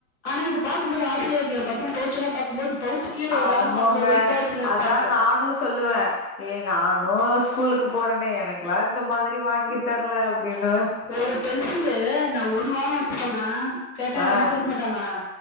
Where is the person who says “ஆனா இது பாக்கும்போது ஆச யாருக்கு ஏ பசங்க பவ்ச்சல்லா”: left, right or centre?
Left